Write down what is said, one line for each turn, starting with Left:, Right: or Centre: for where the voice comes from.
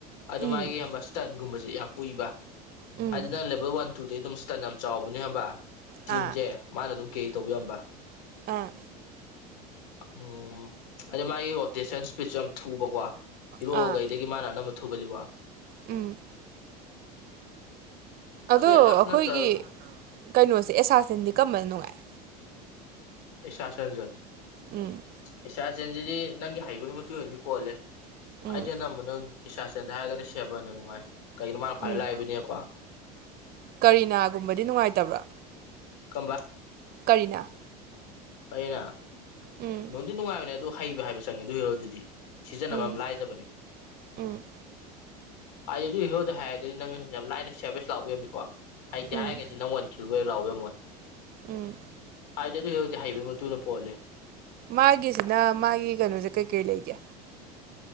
Left: ꯑꯗꯨ
Right: ꯎꯝ
Left: ꯃꯥꯒꯤ ꯏꯕ ꯏꯁꯇꯟꯒꯨꯝꯕꯁꯦ ꯌꯥꯝ ꯀꯨꯏꯕ
Right: ꯎꯝ
Left: ꯑꯗꯨ ꯅꯪ ꯂꯦꯕꯦꯜ ꯋꯥꯟ ꯇꯨꯗꯩ ꯑꯗꯨꯝ ꯇꯟ ꯌꯥꯝ ꯆꯥꯎꯕꯅꯦ ꯍꯕ ꯇꯤꯝꯁꯦ
Right: ꯑꯥ
Left: ꯃꯥꯅ ꯑꯗꯨꯝ ꯀꯦꯔꯤ ꯇꯧꯕ ꯌꯥꯝꯝꯕ
Right: ꯑꯥ
Left: ꯎꯝ ꯑꯗꯩ ꯃꯥꯒꯤ ꯔꯣꯇꯦꯁꯟ ꯏꯁꯄꯤꯠꯁꯨ ꯌꯥꯝ ꯊꯨꯕꯀꯣ ꯏꯤꯔꯣꯒꯩꯗꯒꯤ
Right: ꯑꯥ
Left: ꯃꯥꯅ ꯑꯅꯝꯕ ꯊꯨꯒꯜꯂꯤꯀꯣ
Right: ꯎꯝ ꯑꯗꯣ
Left: ꯑꯗꯨ ꯑꯦꯠꯂꯥꯁ
Right: ꯑꯩꯈꯣꯏꯒꯤ
Left: ꯅꯠꯇ꯭ꯔꯒ
Right: ꯀꯩꯅꯣꯁꯦ ꯑꯦꯁꯥꯇꯟꯗꯤ ꯀꯝꯕꯅ ꯅꯨꯡꯉꯥꯏ
Left: ꯑꯦꯁ ꯑꯥꯁꯔꯖ
Right: ꯎꯝ
Left: ꯄꯩꯁꯥ ꯆꯦꯟꯁꯤꯗꯤ ꯅꯪꯒꯤ ꯍꯩꯕꯒꯕ ꯇꯨ ꯑꯣꯏꯅꯗꯤ ꯄꯣꯜꯂꯦ
Right: ꯎꯝ
Left: ꯍꯥꯏꯗꯤ ꯑꯅꯝꯕ ꯅꯪ ꯏꯁ ꯁꯥ ꯁꯦꯟꯗ ꯍꯥꯏꯔꯒꯅ ꯁꯦꯕꯅ ꯅꯨꯡꯉꯥꯏ ꯀꯩꯅꯅꯣ ꯃꯥꯅ ꯈ꯭ꯋꯥꯏ
Right: ꯎꯝ
Left: ꯂꯥꯏꯏꯕꯅꯦꯀꯣ
Right: ꯀꯔꯤꯅꯥꯒꯨꯝꯕꯗꯤ ꯅꯨꯡꯉꯥꯏꯇꯕ꯭ꯔꯥ
Left: ꯀꯝꯕ
Right: ꯀꯔꯤꯅꯥ
Left: ꯑꯩꯅ
Right: ꯎꯝ
Left: ꯅꯅꯨꯡꯗꯤ ꯅꯨꯡꯉꯥꯏꯕꯅꯦ ꯑꯗꯨ ꯍꯩꯕ ꯍꯥꯏꯕ ꯆꯪꯉꯦ ꯑꯗꯨ ꯍꯤꯔꯣꯗꯨꯗꯤ ꯁꯤꯖꯤꯟꯅꯕ
Right: ꯎꯝ
Left: ꯑꯃ ꯂꯥꯏꯗꯕꯅꯤ
Right: ꯎꯝ
Left: ꯍꯥꯏꯗꯤ ꯑꯗꯨ ꯍꯍꯣꯔꯗ ꯍꯥꯏꯔꯒꯗꯤ ꯅꯪ ꯌꯥꯝ ꯂꯥꯏꯅ ꯁꯦꯚꯁ ꯂꯥꯎꯕꯔꯝꯃꯤꯀꯣ ꯍꯩꯛꯇꯤ
Right: ꯎꯝ
Left: ꯍꯥꯏꯔꯒꯗꯤ ꯅꯪ ꯋꯥꯟ ꯊꯤꯜꯨ ꯍ ꯂꯥꯎꯔꯝꯃꯣꯏ
Right: ꯎꯝ
Left: ꯍꯥꯏꯥꯏꯗ ꯑꯗꯨ ꯍꯧꯖꯤ ꯍꯧꯖꯤꯛ ꯍꯩꯕꯒꯤ ꯃꯇꯨꯡ ꯏꯟꯅ ꯄꯣꯜꯂꯦ
Right: ꯃꯥꯒꯤꯁꯤꯅ ꯃꯥꯒꯤ ꯀꯩꯅꯣꯁꯦ ꯀꯩ ꯀꯔꯤ ꯂꯩꯒꯦ